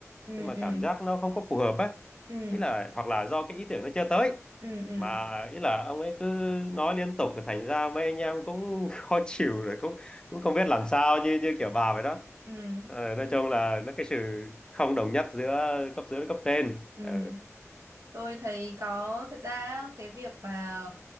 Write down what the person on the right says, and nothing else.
ừ
ừ
ừ
ừ ừ
ừ
ừ
ừ
tôi thấy có thật ra á, cái việc mà